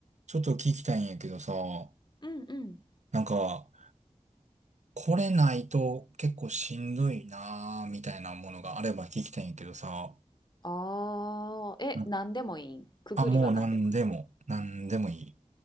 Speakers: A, on the right; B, on the left.
A: ちょっと聞きたいんやけどさ、
B: うんうん。
A: なんか、これないと結構しんどいなーみたいなものがあれば聞きたいんやけどさ、
B: ああ、え、
A: うん
B: なんでもいいん。くぐりはなんでもいい。
A: あ、もう何でも、何でもいい。